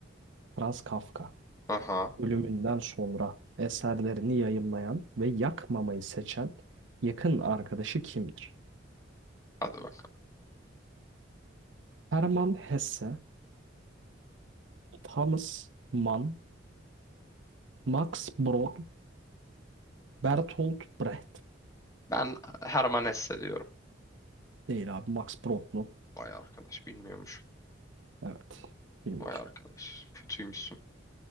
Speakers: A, on the right (about 75°); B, on the left (about 15°).
A: Franz Kafka
B: Aha.
A: ölümünden sonra eserlerini yayımlayan ve yakmamayı seçen yakın arkadaşı kimdir?
B: Hadi bakalım.
A: Hermann Hesse, Thomas Mann, Max Brod, Bertolt Brecht.
B: Ben Herman Hesse diyorum.
A: Değil abi Max Brod mu?
B: Vay arkadaş bilmiyormuş.
A: Evet. Bilmiyoruz.
B: Vay arkadaş kötüymüşsün.